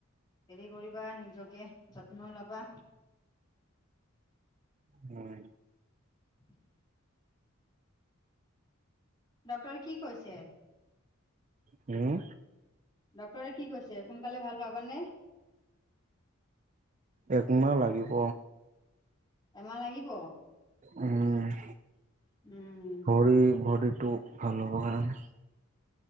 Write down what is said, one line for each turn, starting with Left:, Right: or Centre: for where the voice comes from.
Left: হেৰি কৰিবা নিজকে যত্ন ল'বা।
Right: হয়।
Left: <inaudible> ডক্টৰ কি কৈছে?
Right: হুম?
Left: ডক্টৰে কি কৈছে সোনকালে ভাল পাবানে?
Right: একমাহ লাগিব।
Left: এমাহ লাগিব।
Right: উম।
Left: উম
Right: ভৰি ভৰিটো ভাল হ'ব কাৰণে।